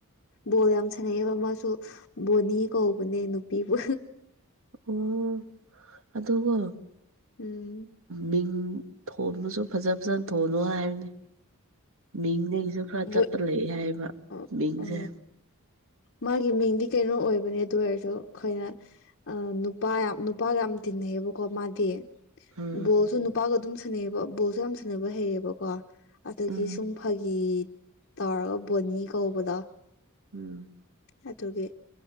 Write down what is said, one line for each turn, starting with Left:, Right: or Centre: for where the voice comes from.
Left: ꯕꯣꯜ ꯌꯥꯝ ꯁꯥꯟꯅꯩꯌꯦꯕ ꯃꯥꯁꯨ ꯕꯣꯅꯤ ꯀꯧꯕꯅꯦ ꯅꯨꯄꯤꯕꯨ
Right: ꯑꯣ ꯑꯗꯨꯒꯣ
Left: ꯎꯝ
Right: ꯃꯤꯡ ꯊꯣꯟꯕꯁꯨ ꯐꯖ ꯐꯖꯅ ꯊꯣꯜꯂꯣ ꯍꯥꯏꯕꯅꯦ ꯃꯤꯡꯗꯒꯤꯁꯨ ꯈꯔ ꯆꯠꯄ
Left: ꯕꯨꯠ
Right: ꯂꯩ ꯍꯥꯏꯕ
Left: ꯑꯣ
Right: ꯃꯤꯡꯖꯦ
Left: ꯃꯥꯒꯤ ꯃꯤꯡꯗꯤ ꯀꯩꯅꯣ ꯑꯣꯏꯕꯅꯦ ꯑꯗꯨ ꯑꯣꯏꯔꯁꯨ ꯑꯩꯈꯣꯏꯅ ꯑꯥ ꯅꯨꯄꯥ ꯌꯥꯝ ꯅꯨꯄꯥꯒ ꯌꯥꯝ ꯇꯤꯟꯅꯩꯌꯦꯕꯀꯣ ꯃꯥꯗꯤ
Right: ꯎꯝ
Left: ꯕꯣꯜꯁꯨ ꯅꯨꯄꯥꯒ ꯑꯗꯨꯝ ꯁꯥꯟꯅꯩꯌꯦꯕ ꯕꯣꯜꯁꯨ ꯌꯥꯝ ꯁꯥꯟꯅꯕ ꯍꯩꯌꯦꯕꯀꯣ ꯑꯗꯨꯒꯤ
Right: ꯎꯝ
Left: ꯁꯨꯝ ꯐꯥꯒꯤ ꯇꯧꯔꯥ ꯕꯣꯅꯤ ꯀꯧꯕꯗꯣ
Right: ꯎꯝ
Left: ꯑꯗꯨꯒꯤ